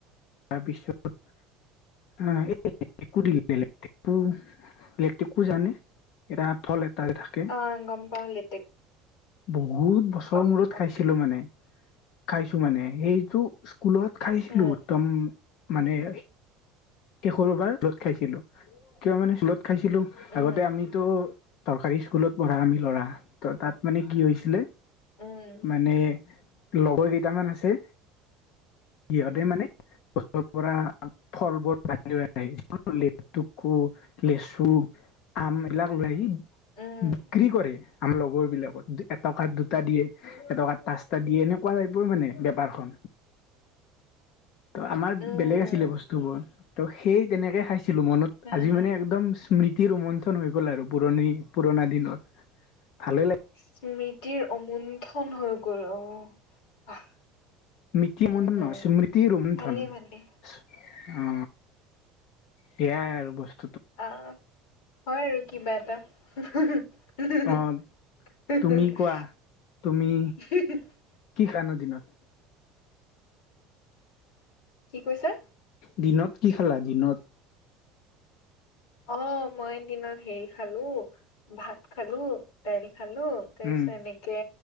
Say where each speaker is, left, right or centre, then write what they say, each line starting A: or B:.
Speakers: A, on the left; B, on the left.
A: তাৰপিছত <unintelligible> লেটেকু জানে এটা ফল এটা থাকে
B: অ গম পাও লেট
A: বহুত বছৰৰ মূৰত
B: গম পাওঁ
A: খাইছিলো মানে খাইছো মানে সেইটো স্কুলত খাইছিলো
B: উম
A: একদম মানে শেষৰবাৰ স্কুলত খাইছিলো কিয় মানে স্কুলত খাইছিলোঁ
B: উম
A: আগতে আমি ত চৰকাৰী স্কুলত পঢ়া আমি ল'ৰা ত' তাত মানে কি হৈছিলে
B: উম
A: মানে লগৰ কেইটামান আছে সিহঁতে মানে গছৰ পৰা ফলবোৰ <unintelligible> লেটেকু লেচু আম এবিলাক লই আহি
B: উম
A: বিক্ৰী কৰে আমাৰ লগৰ বিলাকত টকাত দুটা দিয়ে এটকাত পাঁচটা দিয়ে এনেকুৱা টাইপৰ মানে বেপাৰখন
B: <inaudible>
A: ত' আমাৰ
B: উম
A: বেলেগ আছিলে বস্তুবোৰ ত' সেই তেনেকে খাইছিলো মনত
B: হা
A: আজি
B: হা
A: মানে একদম স্মৃতি ৰোমঞ্চন হৈ গ'ল আৰু পুৰণি পুৰণা দিনৰ ভালে লাগে
B: স্মৃতিৰ অমুন্থন হৈ গল আহ বাহ
A: তি অমুন্থন
B: উম হম
A: নহয় স্মৃতি ৰুমথন
B: ভালেই
A: ইচ
B: ভালেই
A: অ সেয়াই আৰু বস্
B: অ হয় আৰু কিবা এটা <unintelligible>
A: অ তুমি কোৱা তুমি কি খান দিনত
B: কি কৈছা?
A: দিনত কি খালা দিনত?
B: অ', মই দিনত হেৰি খালো! ভাত খালো, দাইল খালো, তাৰ পিছত
A: উম
B: এনেকে